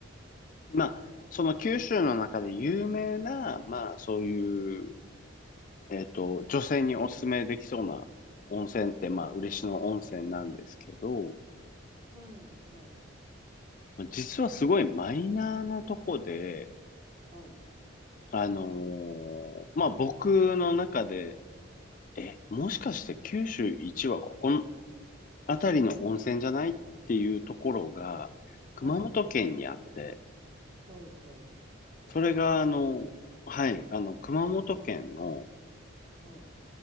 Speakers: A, on the left; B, on the right.
A: まあ、その九州の中で有名な、まあそういう、えっと、女性におすすめできそうな温泉って、まあ嬉野温泉なんですけど、
B: うん、はい。
A: まあ実はすごいマイナーなとこで、
B: はい、
A: あのーまあ僕の中で、え、もしかして九州一はここの辺りの温泉じゃないっていうところが、熊本県にあって、
B: はい、はい、はい。
A: それが、
B: なんてとこ。
A: あの、はい、あの、熊本県の
B: はい、